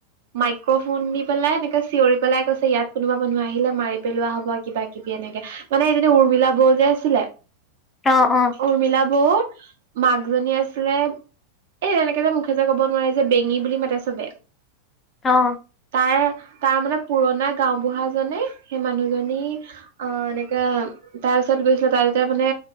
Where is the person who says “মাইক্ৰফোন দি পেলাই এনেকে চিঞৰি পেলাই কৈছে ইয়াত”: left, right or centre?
Right